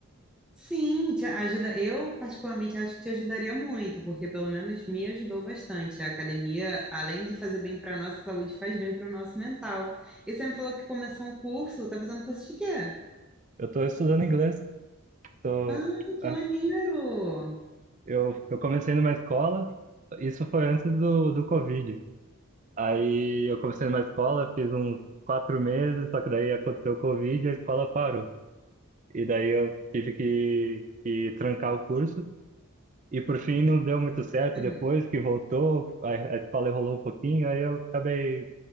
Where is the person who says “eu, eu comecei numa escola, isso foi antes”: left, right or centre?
Right